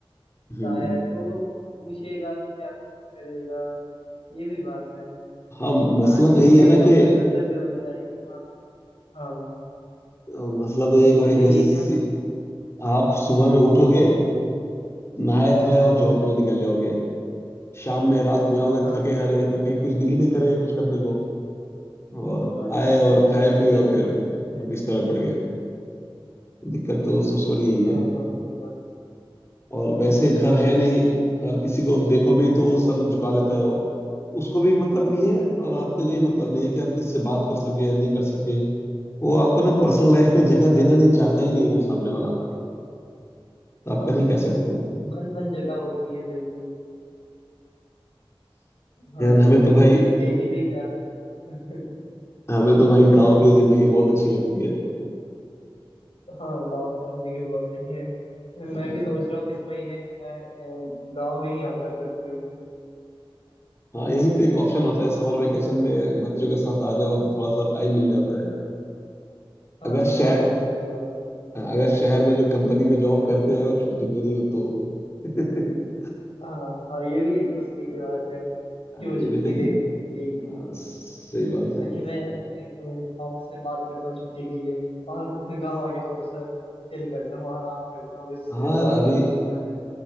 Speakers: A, on the left (about 30°); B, on the left (about 85°).
A: हम्म,
B: आया है तो वो पूछेगा कि क्या करेगा ये भी बात है
A: हाँ मसला
B: हाँ लेकिन
A: तो यही
B: एक
A: है ना
B: अपना
A: कि
B: कर्तव्य बनता है कि हाँ हाँ
A: अ, मसला तो ये
B: मसला
A: है कि भाई
B: तो ये
A: जैसे
B: है कि हम
A: आप
B: हम्म
A: सुबह में
B: हम्म
A: उठोगे नहाए धोए
B: हम्म
A: और
B: हम्म,
A: जॉब के लिए निकल जाओगे शाम में रात में आओगे
B: हाँ
A: थके हारे
B: हाँ
A: तो कहीं कुछ दिल ही नहीं करेगा कुछ करने को और
B: हाँ
A: आए और
B: हाँ हाँ,
A: खाए
B: ये
A: पी और फिर
B: बात तो है
A: बिस्तर पर पड़ गए दिक्कत तो सबसे बड़ी यही
B: हाँ हाँ ये बात
A: और
B: हम्म,
A: वैसे घर है नहीं अगर किसी को देखो भी तो वो सर झुका लेता है वो उसको भी मतलब नहीं है और
B: हाँ
A: आपके कोई मतलब नहीं है कि आप किससे बात कर सके या नहीं कर सके वो आपको ना पर्सनल लाइफ में जगह देना नहीं चाहता ही नहीं है कोई सामने वाला आदमी तो
B: हाँ
A: आप कर ही कह सकते
B: और
A: हैं
B: बंद बंद जगह होती है बिल्कुल हाँ
A: यार हमें
B: कोई
A: तो भाई
B: देखे भी क्या <laughs>
A: हमें तो भाई गांव की जिंदगी बहुत अच्छी लगती है
B: हाँ गांव की जिंदगी बहुत सही है
A: अ,
B: मैं भी सोच रहा हूँ इस महीने मैं अ, गांव में ही आ जाऊँ छुट्टियों में
A: हाँ यही तो एक ऑप्शन होता है समर वेकेशन
B: हाँ
A: में बच्चों के साथ आ जाओ तो थोड़ा सा टाइम मिल जाता है
B: हाँ
A: अगर शहर
B: हाँ ये सही बात है
A: अगर शहर में जो कंपनी में जॉब करते हैं अगर छुट्टी दे रही हो तो <laughs>
B: हाँ हाँ ये भी एक मसले की बात है क्यों
A: हाँ ये
B: छुट्टी
A: भी तो एक
B: दे रही क्यों नहीं।
A: हाँ सही बात है
B: चलिए मैं अपने अ, ऑफिस में बात करता हूँ छुट्टी के लिए और गांव आके थोड़ा सा चिल करता हूँ आराम करता हूँ इस
A: हाँ
B: दौड़
A: अभी
B: भरी दुनिया में